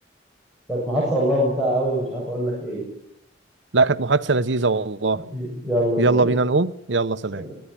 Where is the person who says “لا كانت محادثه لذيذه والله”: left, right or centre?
Right